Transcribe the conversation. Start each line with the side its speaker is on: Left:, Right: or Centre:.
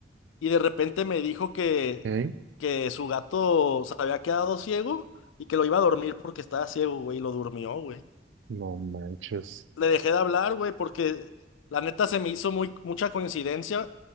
Left: y de repente me dijo que,
Right: ujú.
Left: que su gato se había quedado ciego y que lo iba a dormir porque estaba ciego, güey, y lo durmió, güey.
Right: No manches.
Left: Le dejé de hablar, güey, porque la neta se me hizo muy, mucha coincidencia